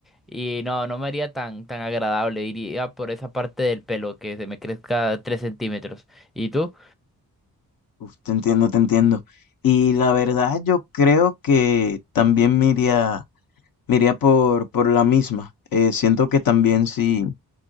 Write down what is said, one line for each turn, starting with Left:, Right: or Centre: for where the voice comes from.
Centre: Y no, no me haría tan, tan agradable. Iría por esa parte del pelo que se me crezca 3 centímetros. ¿Y tú?
Left: Uf, te entiendo, te entiendo. Y la verdad, yo creo que también me iría, me iría por, por la misma. Eh, siento que también sí,